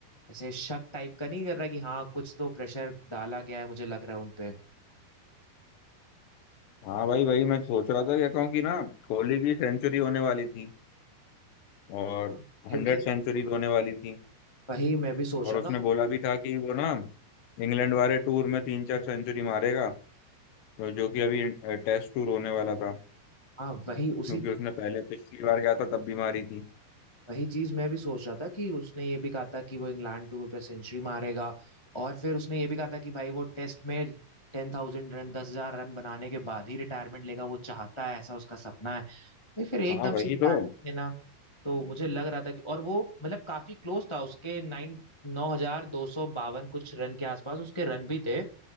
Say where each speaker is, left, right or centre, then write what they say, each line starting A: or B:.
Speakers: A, on the left (about 15°); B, on the left (about 75°).
A: ऐसे शक टाइप का नहीं कर रहा कि हाँ कुछ तो प्रेशर डाला गया है मुझे लग रहा है उनपे
B: हाँ भाई भाई मैं सोच रहा था क्या कहूँ कि क्योंकि ना कोहली की सेंचुरी होने वाली थी और
A: हाँ क्योंकि
B: हंड्रेड सेंचुरीज होने वाली थी
A: वही मैं भी सोच
B: और
A: रहा
B: उसने
A: था और
B: बोला भी था कि वो ना इंग्लैंड वाले टूर में तीन चार सेंचुरी मारेगा जो जो कि अभी टेस्ट टूर होने वाला था
A: हाँ वही उसी
B: क्योंकि उसने पहले पिछली बार गया था तब बीमारी थी
A: वही चीज मैं भी सोच रहा था कि उसने ये भी कहा था कि वो इंग्लैंड टूर पे सेंचुरी मारेगा और फिर उसने ये भी कहा था कि भाई वो टेस्ट में टेन थाउजेंड रन दस हजार रन बनाने के बाद ही रिटायरमेंट लेगा वो चाहता है ऐसा उसका सपना है भाई फिर एकदम
B: हाँ वही
A: से रिटायरमेंट
B: तो
A: लेना तो मुझे लग रहा था कि और वो मतलब काफी क्लोज था उसके नाइन नौ हजार दो सौ बावन कुछ रन के आसपास उसके रन भी थे